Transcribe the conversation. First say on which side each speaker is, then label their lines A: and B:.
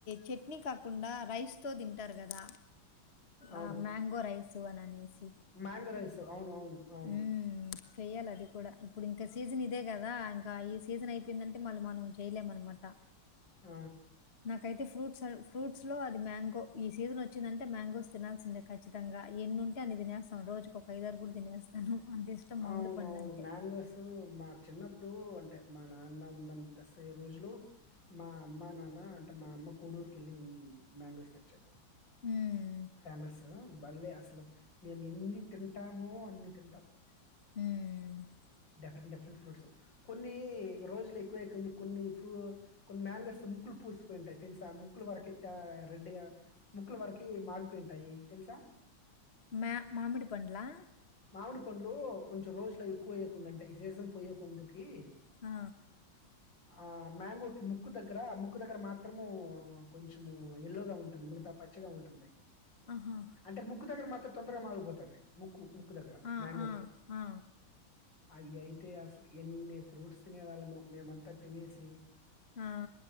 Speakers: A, on the left (about 35°); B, on the left (about 60°).
A: చట్నీ కాకుండా రైస్ తో తింటారు కదా
B: అవును.
A: ఆ మ్యాంగో రైస్ అని అనేసి
B: మ్యాంగో రైస్. అవును అవును అవును.
A: ఉం చెయ్యాలి అది కూడా ఇప్పుడు ఇంకా సీజన్ ఇదే కదా ఇంకా ఈ సీజన్ అయిపోయిందంటే మళ్ళీ మనం చెయలేము అనమాట
B: ఆ
A: నాకైతే ఫ్రూట్స్ ఫ్రూట్స్ లో అది మ్యాంగో ఈ సీజన్ వచ్చిందంటే మ్యాంగోస్ తినాల్సిందే ఖచ్చితంగా ఎన్ని ఉంటే అన్ని తినేస్తాను రోజుకి ఒక ఐదరు కూడా తినేస్తాను అంత ఇష్టం మామిడి
B: అవును
A: పండ్లంటే.
B: అవును మ్యాంగోస్ మాకు చిన్నప్పుడు అంటే మా నాన్న ఉన్న తెసే రోజులు మా అమ్మ నాన్న అంటే మా అమ్మ కోడూరుకిళ్ళి మ్యాంగోస్ తెచేది
A: ఉం
B: ఫేమస్ మళ్ళీ అసలు మేము ఎన్ని తింటామో అన్ని తింటాం
A: ఉం
B: డిఫరెంట్ డిఫరెంట్ ఫ్రూట్స్ కొన్ని రోజులు ఎక్కువ అయింది కొన్ని ఫ్రూ కొన్ని మ్యాంగోస్ ముక్కులు పూసిపోయి ఉంటాయి తెలుసా ముక్కులు వరక రెడ్గా ముక్కులు వరకి మాగిపోయి ఉంటాయి తెలుసా
A: మా మామిడి పండు లా
B: మామిడి పండ్లు కొంచెం రోజుల ఎక్కువై కొంతంట ఈ సీజన్ పోయ్యే ముందుకు ఇ
A: ఆ!
B: ఆ మ్యాంగోకి ముక్కు దగ్గర ముక్కు దగ్గర మాత్రము కొంచెము ఎల్లోగా ఉంటుంది. మిగతా పచ్చిగా ఉంటుంది.
A: ఆహా
B: అంటే ముక్కు దగ్గర మాత్రం తొందరగా మాగిపోతది ముక్కు ముక్కు దగ్గర
A: ఆ!
B: మ్యాంగోకి
A: ఆ! ఆ!
B: అవి అయితే అసలు ఎన్ని ఫ్రూట్స్ తినే వాళ్ళము మేమంతా తినేసి
A: ఆ